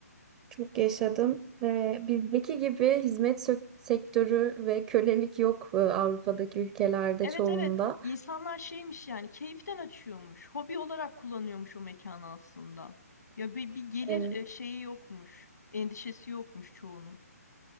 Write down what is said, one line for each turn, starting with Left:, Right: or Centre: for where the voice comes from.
Right: çok yaşadım. Ee, bizdeki gibi hizmet sök- sektörü ve kölelik yok e, Avrupa'daki ülkelerde
Left: Evet
Right: çoğunda.
Left: evet İnsanlar şeymiş yani keyiften açıyormuş. Hobi olarak kullanıyormuş o mekanı aslında. Ya bir, bir gelir
Right: Evet.
Left: e, şeyi yokmuş. Endişesi yokmuş çoğunun.